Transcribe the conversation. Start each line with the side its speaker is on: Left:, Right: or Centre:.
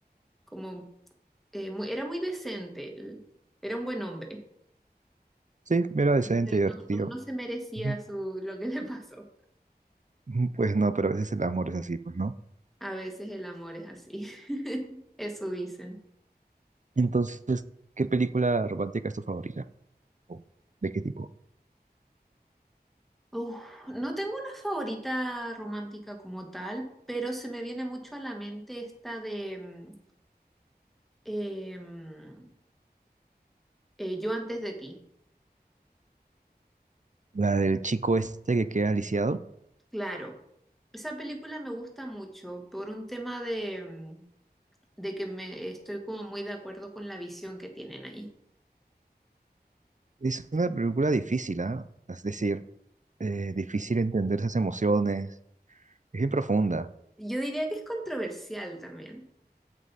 Centre: como, eh, muy- era muy decente, él era un buen hombre.
Right: Sí, era decente,
Centre: Eh,
Right: divertido.
Centre: No, no, no se merecía
Right: Ujú.
Centre: su, lo que le <laughs> pasó.
Right: Ujú, Pues no, pero a veces el amor es así, pues, ¿no?
Centre: A veces el amor es así, <laughs> eso dicen.
Right: Entonces, ¿qué película romántica es tu favorita? ¿O ¿De qué tipo?
Centre: Uf, no tengo una favorita romántica como tal, pero se me viene mucho a la mente esta de mm, eh, mm, eh, Yo antes de ti.
Right: La del chico este que queda lisiado.
Centre: Claro, esa película me gusta mucho por un tema de, mm, de que me estoy como muy de acuerdo con la visión que tienen ahí.
Right: Es una película difícil, ¿ah? Es decir, eh, difícil entender esas emociones. Es bien profunda.
Centre: Yo diría que es controversial también.